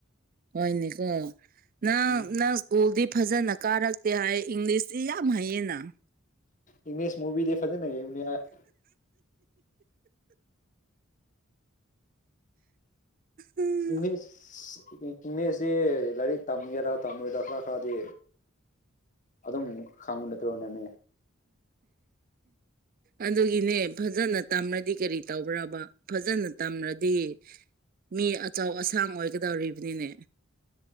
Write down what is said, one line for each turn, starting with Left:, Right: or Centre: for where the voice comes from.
Right: ꯍꯣꯢꯅꯦꯀꯣ ꯅꯪ
Left: ꯎꯝ
Right: ꯅꯪ ꯢꯋꯀꯨꯜꯗꯤꯞ ꯐꯖꯅ ꯀꯥꯔꯛꯇꯦ ꯍꯥꯏ ꯏꯪꯂꯤꯁꯇꯤ ꯌꯥꯝ ꯍꯌꯦꯡꯅ
Left: ꯏꯪꯂꯤꯁ ꯃꯨꯚꯤꯗꯤ ꯐꯖꯅ ꯌꯦꯡꯕꯅꯦ ꯑꯩ
Right: ꯎꯝ
Left: ꯏꯪꯂꯤꯁ ꯏꯪꯂꯤꯁꯁꯤ ꯂꯥꯏꯔꯤꯛ ꯇꯝꯒꯦꯔꯥ ꯇꯝꯃꯣꯏꯗ꯭ꯔꯥ ꯈꯔ ꯈꯔꯗꯤ ꯑꯗꯨꯝ ꯈꯥꯡꯕ ꯅꯠꯇ꯭ꯔꯅꯦꯃꯤ
Right: ꯑꯗꯨꯒꯤꯅꯦ ꯐꯖꯅ ꯇꯝꯔꯗꯤ ꯀꯔꯤ ꯇꯧꯕ꯭ꯔꯕ ꯐꯖꯅ ꯇꯝꯔꯗꯤ ꯃꯤ ꯑꯆꯧ ꯑꯁꯥꯡ ꯑꯣꯏꯒꯗꯧꯔꯤꯕꯅꯤꯅꯦ